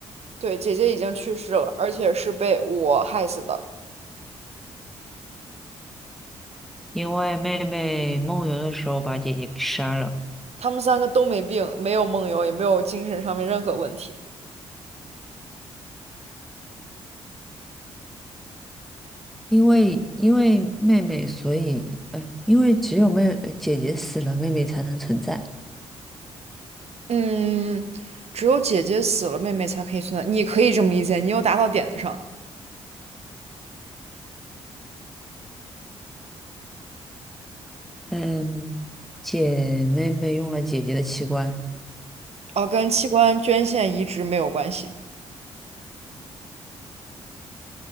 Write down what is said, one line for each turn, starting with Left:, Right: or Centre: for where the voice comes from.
Right: 对，姐姐已经去世了，而且是被我害死的。
Centre: 因为妹妹梦游的时候把姐姐给杀了。
Right: 他们三个都没病，没有梦游，也没有精神上面任何问题。
Centre: 因为因为妹妹，所以呃，因为只有妹呃姐姐死了，妹妹才能存在。
Right: 嗯，只有姐姐死了，妹妹才可以存在。你可以这么理解，你又答到点子上。
Centre: 嗯，姐妹妹用了姐姐的器官。
Right: 啊，跟器官捐献移植没有关系，